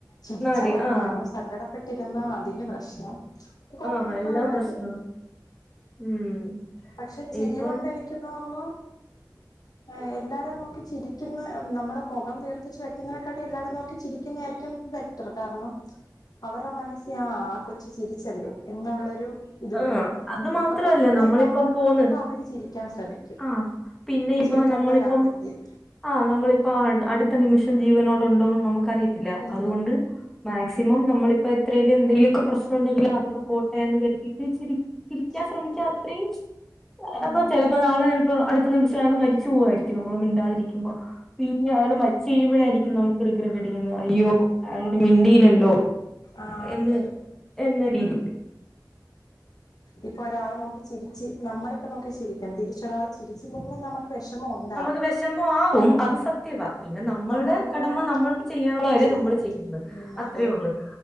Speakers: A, on the left; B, in the centre.
A: ചിരിച്ച
B: എന്നാല്
A: വട്ടാണോ
B: ആഹ്
A: സങ്കടപ്പെട്ടിരുന്ന അതിന് പ്രശ്നം കോമൺ
B: ആഹ്
A: ആയിട്ടുള്ള
B: എല്ലാം
A: കാര്യം
B: പ്രശ്നവാ ഉം
A: പക്ഷെ ചിരി
B: ഇപ്പം
A: കൊണ്ട് എനിക്ക് തോന്നുന്നു
B: <unintelligible>
A: എ എല്ലാരും നോക്കി ചിരിക്കുന്ന നമ്മള് മുഖം വീർപ്പിച്ച് വെക്കുന്നതിനെക്കാട്ടി എല്ലാരും നോക്കി ചിരിക്കുന്നതായിരിക്കും ബേ കാരണം അവരുടെ മനസ്സിൽ ആ ആ കൊച്ചു ചിരിച്ചല്ലോ എന്നുള്ളൊരു ഇത്
B: ആ
A: വരും
B: അത് മാത്രല്ല
A: അപ്പൊ
B: ല്ല
A: പിന്നെ
B: നമ്മളിപ്പം
A: നമ്മളെ
B: പോന്ന്
A: കാണുമ്പോ അവര് ചിരിക്കാൻ ശ്രമിക്കും
B: ആ പിന്നെ ഇപ്പം
A: ചിരിക്കാത്തവരാണെങ്കിൽ
B: നമ്മളിപ്പം ആഹ് നമ്മളിപ്പ അടുത്ത നിമിഷം ജീവനോട് ഉണ്ടോന്നന്ന് നമുക്ക്റിയത്തില്ല
A: ഇല്ല
B: അതുകൊണ്ട് മാക്സിമം നമ്മളിപ്പോ എത്രേലും എന്തെങ്കിലുമൊക്കെ പ്രശ്നം ഉണ്ടെങ്കില് അതൊക്കെ പോട്ടയന്ന് കരുതിയിട്ട് ചിരി ചിരിക്കാൻ
A: ശരിക്കും
B: ശ്രമിക്കുക അത്രയും
A: ഉം
B: അപ്പൊ ചിലപ്പോ നാളെ ചിലപ്പോ അടുത്ത നിമിഷം ആയാൾ മരി ചൂപോവായിരിക്കും നമ്മള് മിണ്ടാതിരിക്കുമ്പോ പിന്നെ അയാൾ മരിച്ചഴുമോഴായിരിക്കും നമുക്ക് റിഗ്രറ്റ് അടിക്കുന്നത് അയ്യോ അയാളോട് മിണ്ടിയിലല്ലോ
A: ആ അതെ
B: എന്ന് എന്ന രീതില്.
A: ഇപ്പൊ ഒരാളെ നോക്കി ചിരിച്ച് നമ്മളിപ്പ നോക്കി ചിരിക്കും. തിരിച്ച ഒരാള് ചിരിച്ചില്ലെങ്കിൽ നമക്ക് വേഷമോണ്ട്
B: നമുക്ക് വെഷമമാവും. അത് സത്യവ പിന്നെ നമ്മള്ടെ
A: നമ്മളെല്ലാം
B: കടമ നമ്മൾക്ക് ചെയ്യാനുള്ള കാര്യം
A: ചെയ്യാം
B: നമ്മള് ചെയ്യുന്നെ.
A: ഉം അതെ
B: ആ